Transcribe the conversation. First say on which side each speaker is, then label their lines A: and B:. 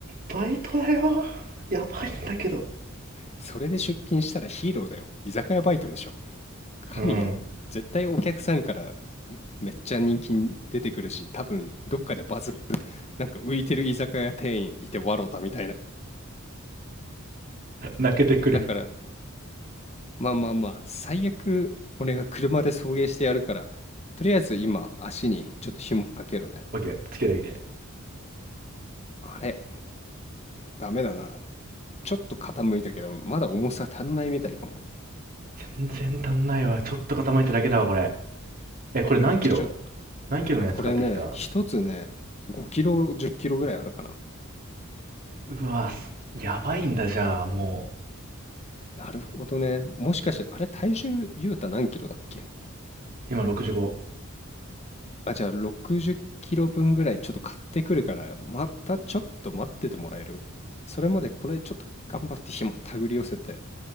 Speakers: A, on the right (about 45°); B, on the left (about 30°).
A: バイトだよ。やばいんだけど。
B: それで出勤したらヒーローだよ。居酒屋バイトでしょ。神やん。
A: うん。
B: 絶対お客さんからめっちゃ人気に出てくるし、多分どっかでバズるよ。なんか浮いてる居酒屋店員いて笑ったみたいな。
A: 泣けてくる
B: だから、まあまあまあ、最悪俺が車で送迎してやるから、とりあえず今足にちょっと紐かけるね。
A: オッケーつけてみて
B: あれ、ダメだな。ちょっと傾いたけど、まだ重さ足んないみたいかも。
A: 全然足んないわちょっと傾いただけだわこれえこれ何キロ
B: じゃ、ちょ、
A: 何キロのやつ買ってきた
B: これね、一つね、5キロ、10キロぐらいあるかな。
A: うわすやばいんだじゃあも
B: なるほどね。もしかして、あれ、体重、ゆうた何キロだっけ
A: う今65
B: あ、じゃあ、60キロ分ぐらいちょっと買ってくるから、またちょっと待っててもらえるそれまでこれちょっと頑張って紐手繰り寄せて、